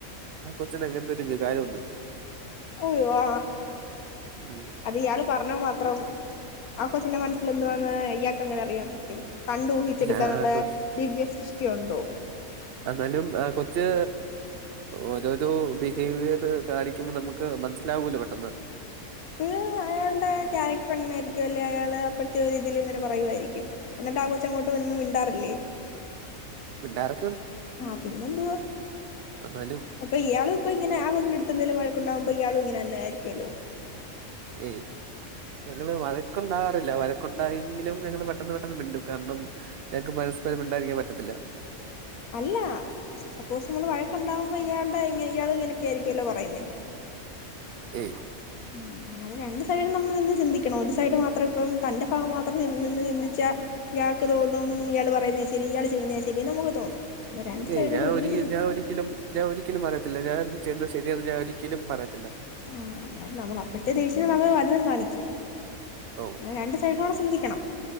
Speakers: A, on the right (about 60°); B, on the left (about 85°).
A: ആ കൊച്ചിന് അങ്ങൻത്തൊരു വികാരം ഒന്നുല്ല
B: ഓയ് വാ.
A: ഉം
B: അതിയാള് പർഞ്ഞ മാത്രം ആ കൊച്ചിന്റെ മനസ്സിലെന്തുവാന്ന് ഇയാക്കെങ്ങനെ അറിയാൻ പറ്റും കണ്ടു ഊഹിച്ചെടുക്കാനുള്ള
A: അല്ല കൊ
B: ദിവ്യ സൃഷ് ക്കെണ്ടോ
A: എന്നാലും ആഹ് കൊച്ച് ഓരോരോ ബിഹേവിയർ കാണിക്കുമ്പം നമുക്ക് മനസ്സിലാവൂല്ലോ പെട്ടെന്ന്
B: ത് അയാണ്ടെ ക്യാരക്ടർ അങ്ങനെ ആയിരിക്കുല്ലെ അയാള് അപ്പഴ്ത്തെ ഒരിതിലിങ്ങനെ പറയുവായിരിക്കും. എന്നിട്ട് ആകൊച്ച് അങ്ങോട്ട് വന്ന് മിണ്ടാറില്ലേ
A: മിണ്ടാറ്
B: ആ പിന്നെന്തുവാ
A: എന്നാലും
B: അപ്പൊ ഇയാള് അപ്പൊങ്ങനെ ആ കൊച്ചിന്റെട്ത്തെന്തെലും വഴക്കുണ്ടാകുമ്പോ ഇയാളും ഇങ്ങനെന്നെയായിരിക്കുവല്ലോ
A: ഏയ് ഞങ്ങള് വഴക്കുണ്ടാവാറില്ല വഴക്കൊ തായെങ്കിലും ഞങ്ങള് പെട്ടെന്ന് പെട്ടെന്ന് മിണ്ടും കാരണം ഞങ്ങക്ക് പരസ്പരം മിണ്ടാതിരിക്കാൻ പറ്റത്തില്ല
B: അല്ല സപ്പോസ് നമ്മള് വഴക്കുണ്ടാവുമ്പോ ഇയാളുടെങ്ങന ഇയാള് ഇങ്ങനൊക്കെ ആയിരിക്കുവല്ലോ പറയുന്നേ
A: ഏയ്
B: ഉം അങ്ങനെ രണ്ടു സൈഡും നമ്മള് നിന്ന് ചിന്തിക്കണം ഒരു സൈഡ് മാത്രം ഇപ്പം തന്റെ ഭാഗം മാത്രം നിന്ന് ചിന്തിച്ചാ ഇയാൾക്ക് തോന്നും ഇയാള് പറയുന്നതാ ശരി ഇയാൾ ചെയ്യുന്നതാ ശരി നമുക്ക് തോന്നും അപ്പ രണ്ട് സൈഡിലൂടെ
A: ഏയ് ഞാൻ
B: ഒരുമിച്ച്
A: ഒരി
B: ചിന്തിക്കണം
A: ഞാൻ ഒരിക്കലും ഞാൻ ഒരിക്കലും പറയത്തില്ല ഞാൻ- ചെയ്യ്ന്നത് ശരിയെന്ന് ഞാൻ ഒരിക്കലും പറയ
B: ആ എന്നാലും നമ്മള് അപ്പഴത്തെ ദേഷ്യം നമ്മള് - എന്തും കാണിക്കും
A: ഓ
B: രണ്ട് സൈഡിലാണ് സിന്തി ക്കണം